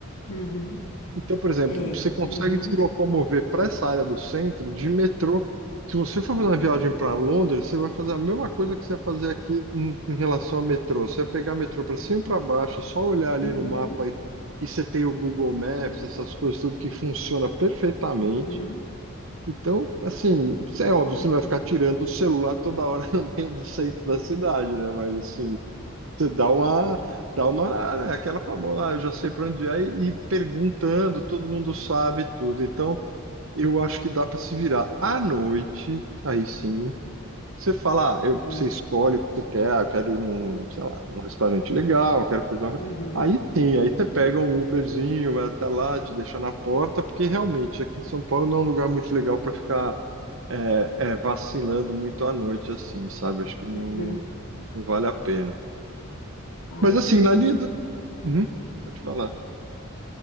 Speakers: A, on the left; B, on the right.
A: uhum.
B: Então, por exemplo,
A: É,
B: você consegue
A: uhum,
B: se locomover para essa área do centro de metrô. Se você for fazer uma viagem para Londres, você vai fazer a mesma coisa que você vai fazer aqui em, em relação ao metrô. Você vai pegar metrô para cima e para baixo, é só olhar ali
A: uhum,
B: no mapa e, e você tem o Google Maps, essas coisas tudo que funciona perfeitamente.
A: uhum,
B: Então, assim, isso é óbvio,
A: uhum,
B: você não vai ficar tirando o celular toda hora <laughs> no meio do centro da cidade, né? Mas assim, você dá uma, dá uma, né, aquela famosa, ah, eu já sei para onde é, e e perguntando, todo mundo sabe tudo. Então, eu acho que dá para se virar. À noite, aí sim, você fala, ah, eu,
A: uhum,
B: você escolhe o que você quer, ah, eu quero ir num, sei lá, um restaurante legal, eu quero fazer uma coisa.
A: uhum,
B: Aí sim, aí você pega um Uberzinho, vai até lá, te deixa na porta, porque realmente aqui em São Paulo não é um lugar muito legal para ficar é, é, vacilando muito à noite, assim, sabe? Acho que não,
A: uhum.
B: não não vale a pena.
A: Ah,
B: Mas
A: entendi.
B: assim, na linha
A: E
B: do, Uhum. Vou falar.